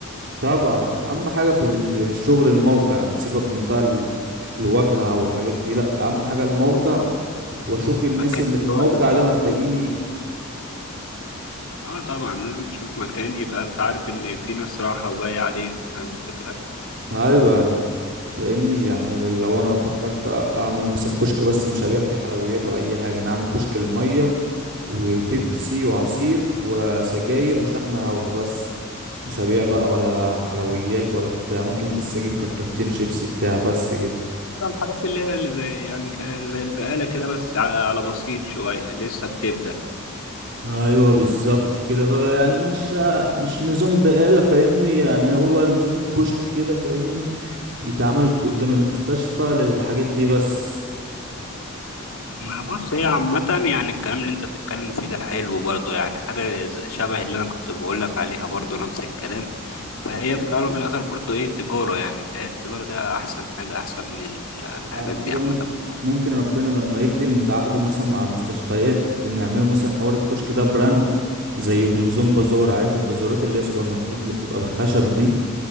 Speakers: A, on the right; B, on the left.
A: طبعا اهم حاجه في ال- الشغل الموقع يعني سيبك من بقى ال- الواجهه او الحاجات دي لا اهم حاجه الموقع
B: فيسبوك اه
A: واشوف الناس
B: مكان
A: اللي في الموقع
B: هو يبقى فيه
A: ده محتاجين
B: قبول
A: ايه
B: اه طبعا لازم تشوف مكان يبقى انت عارف ان في ناس رايحة وجاية عليه انت فاهم الفكرة
A: ايوه يعني فاهمني يعني لو انا فكرت اعمل مثلا كشك بس مش هبيع فيه حلويات ولا اي حاجه انا اعمل كشك للميه وبيبسي وعصير وسجاير وشحن هوا بس مش هبيع بقى ولا حلويات ولا بتاع ممكن بس اجيب كرتونتين شيبسي بتاع بس كده
B: الحاجات اللي هي اللي زي يعني ك- زي البقالة كده بس على على بسيط شوية لسه بتبدأ
A: ايوه بالظبط كده بقى يعني مش مش نظام بقالة فاهمني يعني هو نظام كشك كده فاهمني يتعامل قدام المستشفى للحاجات دي بس
B: ما بص هي عامة يعني الكلام اللي انت بتتكلم فيه ده حلو برضه يعني حاجة ز- شبه اللي انا كنت بقولك عليها برضه نفس الكلام فهي في الأول وفي الآخر برضه ايه تجارة يعني فهي التجارة ده أحسن حاجة أحسن من ال- الحاجات
A: وبعد كده
B: دي عامة
A: ممكن ممكن ربنا لما يكرم نتعاقدوا مثلا مع المستشفيات ان يعملوا مثلا حوار الكشك ده براند زي بنظام بازار عارف البازارات اللي هي سوبر ماركتات اللي بتبقى بالخشب دي